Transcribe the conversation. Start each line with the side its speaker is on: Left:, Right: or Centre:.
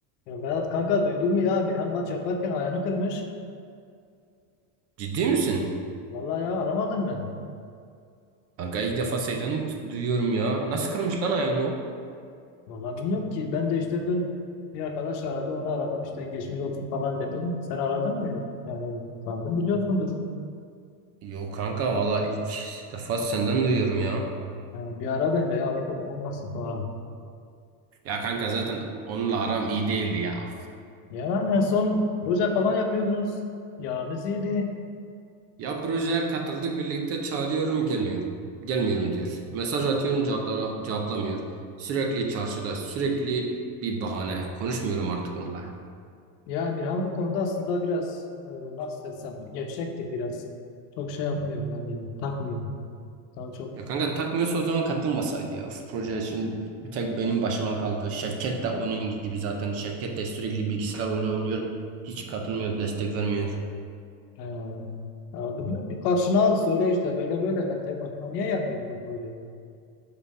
Left: Ya Berat kanka duydun mu ya Birhan maç yaparken ayağını kırmış.
Right: Ciddi misin?
Left: Vallahi ya aramadın mı?
Right: Kanka ilk defa senden duyuyorum ya. Nasıl kırmış lan ayağını o?
Left: Vallahi bilmiyorum ki ben de işte dün bir arkadaş aradı onu aradım işte geçmiş olsun falan dedim. Sen aradın mı? Yani sandım biliyorsundur.
Right: Yok kanka valla ilk defa senden duyuyorum ya.
Left: Yani bir ara bence ya ayıp ol- olmasın sonra.
Right: Ya kanka zaten onunla aram iyi değildi ya.
Left: Yani en son proje falan yapıyordunuz. Yaranız iyiydi.
Right: Ya projeye katıldık birlikte çağırıyorum gelmiyorum. Gelmiyorum diyor. Mesaj atıyorum cevaplara cevaplamıyor. Sürekli çarşıda sürekli bir bahane. Konuşmuyorum artık onunla.
Left: Yani Birhan bu konuda aslında biraz e, nasıl desem gevşektir biraz. Çok şey yapmıyor yani takmıyor. Daha çok
Right: Ya kanka takmıyorsa o zaman katılmasaydı ya. Proje şimdi bir tek benim başıma kaldı. Şevket de onun gibi zaten. Şevket de sürekli bilgisayar oyunu oynuyor. Hiç katılmıyor, destek vermiyor.
Left: Ee, ya bilmiyorum, bir karşına al söyle işte böyle böyle ben tek başıma niye yapayım bu soruyu?